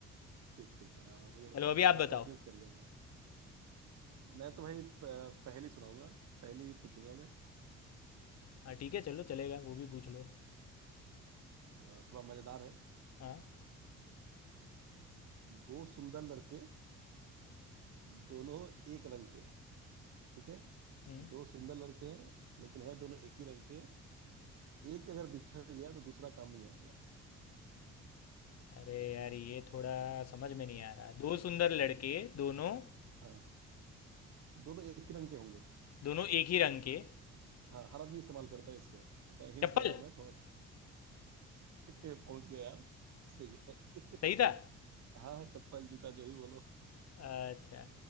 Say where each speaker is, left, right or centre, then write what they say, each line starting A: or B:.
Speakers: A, on the right; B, on the left.
A: ठीक हाँ मुझे
B: चलो
A: थोड़ा
B: अभी आप बताओ
A: कंफ्यूज कर गया हूँ मैं मैं तो भाई प- पहली सुनाऊंगा पहली पूछूंगा मैं
B: हाँ ठीक है चलो चलेगा वो भी पूछ लो
A: अ, थोड़ा मजेदार है
B: हाँ
A: दो सुंदर लड़के दोनों एक रंग के ठीक है
B: हम्म,
A: दो सुंदर लड़के हैं लेकिन है दोनों एक ही रंग के एक अगर बिछड़ गया तो दूसरा काम नहीं आएगा
B: अरे यार ये थोड़ा समझ में नहीं आ रहा दो सुंदर लड़के दोनों
A: हाँ दोनों एक ही रंग के होंगे
B: दोनों एक ही रंग के
A: हाँ हर आदमी इस्तेमाल करता है इसको मैं हिंट्स
B: चप्पल
A: दे रहा हूँ मैं थोड़ा सा <laughs> पहुंच गया यार सही है <laughs>
B: सही था
A: हाँ हाँ, चप्पल जूता जो ही बोलो
B: अच्छा